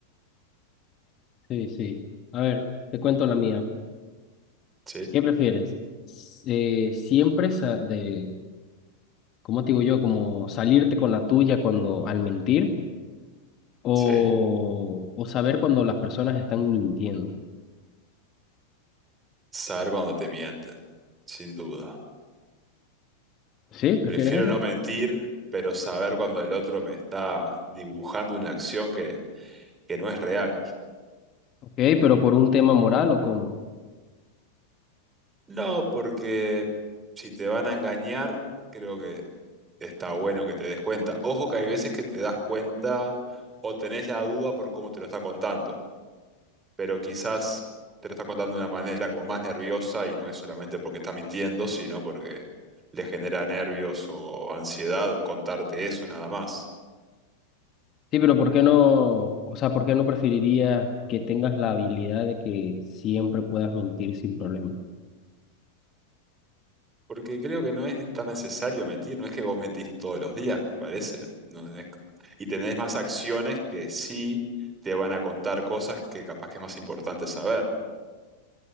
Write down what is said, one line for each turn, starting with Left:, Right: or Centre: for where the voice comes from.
Left: Sí, sí. A ver, te cuento la mía.
Right: Sí,
Left: ¿Qué prefieres? S- eh, siempre sa- de, ¿cómo te digo yo? Como salirte con la tuya cuando al mentir o,
Right: sí.
Left: o saber cuando las personas están mintiendo.
Right: Saber cuando te mienten, sin duda.
Left: ¿Sí? ¿Prefieres
Right: Prefiero
Left: eso?
Right: no mentir, pero saber cuando el otro me está dibujando una acción que, que no es real.
Left: Ok, pero por un tema moral o cómo?
Right: No, porque si te van a engañar, creo que está bueno que te des cuenta. Ojo que hay veces que te das cuenta o tenés la duda por cómo te lo está contando. pero quizás te lo está contando de una manera como más nerviosa y no es solamente porque está mintiendo, sino porque le genera nervios o ansiedad contarte eso nada más.
Left: Sí, pero ¿por qué no? O sea, ¿por qué no preferirías que tengas la habilidad de que siempre puedas mentir sin problema?
Right: Porque creo que no es tan necesario mentir, no es que vos mentís todos los días, me parece. No tenés- y tenés más acciones que sí te van a contar cosas que capaz que es más importante saber.